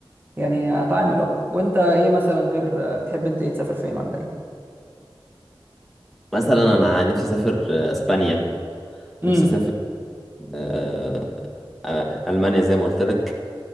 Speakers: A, on the right; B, in the centre.
A: يعني اتعامل اه وانت ايه مثلا غير بتحب انت ايه تسافر فين ولا ايه
B: مثلا انا نفسي اسافر آه، اسبانيا
A: امم
B: نفسي اسافر آه، آه، المانيا زي ما قلت لك